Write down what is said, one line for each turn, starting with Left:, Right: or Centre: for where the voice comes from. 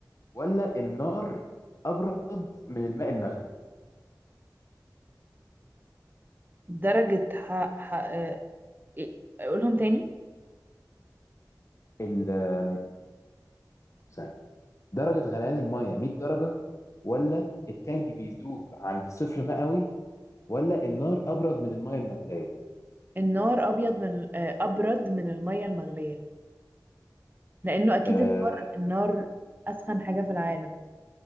Left: ولا النار ابرد من الماء المغلي
Right: درجة حق حق أه... إيه؟ أقولهم تاني
Left: ال آم، ثانية درجة غليان المية 100 درجة ولا التلج بيذوب عند صفر مئوي ولا النار ابرد من المية المغلية
Right: النار أبيض من أه، أبرد من المية المغلية لأنه أكيد
Left: أه
Right: النار النار أسخن حاجة في العالم